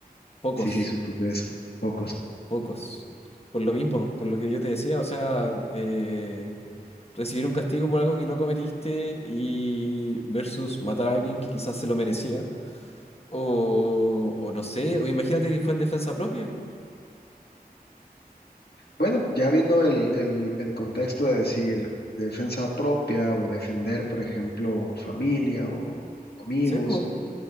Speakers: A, on the left; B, on the left.
A: Pocos,
B: sí, sí, supuse eso. Pocos.
A: pocos. Por lo mismo, por lo que yo te decía, o sea, eh, recibir un castigo por algo que no cometiste y versus matar a alguien que quizás se lo merecía. O, o no sé, o imagínate que fue en defensa propia.
B: Bueno, ya viendo el, el, el contexto de decir defensa propia o defender, por ejemplo, familia o amigos,
A: Sí, pues.